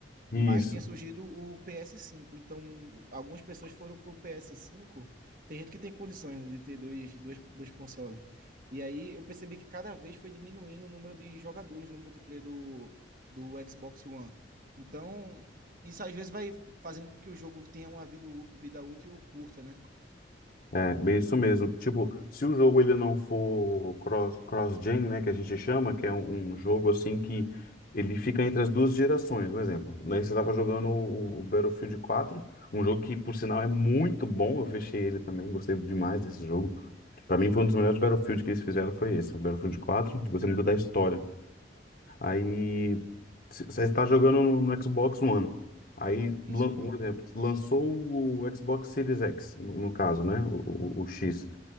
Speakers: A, on the left (about 50°); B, on the right (about 45°).
A: Isso.
B: mas tinha surgido o PS5. Então, algumas pessoas foram pro PS5. Tem gente que tem condições, né, de ter dois, dois, dois consoles. E aí eu percebi que cada vez foi diminuindo o número de jogadores no multiplayer do, do Xbox One. Então, isso às vezes vai fazendo com que o jogo tenha uma vida, vida útil curta, né?
A: É, bem isso mesmo. Tipo, se o jogo ele não for cross, cross-gen, né, que a gente chama, que é um, um jogo assim que ele fica entre as duas gerações, por exemplo. Né, você estava jogando o, o Battlefield quatro um jogo que, por sinal, é muito bom. Eu fechei ele também, gostei demais desse jogo. Para mim, foi um dos melhores Battlefield que eles fizeram, foi esse, o Battlefield quatro Gostei muito da história. Aí c- você está jogando no, no Xbox One. Aí,
B: Isso.
A: lan- um exemplo, lançou o Xbox Series X, no, no caso, né? O, o- o X.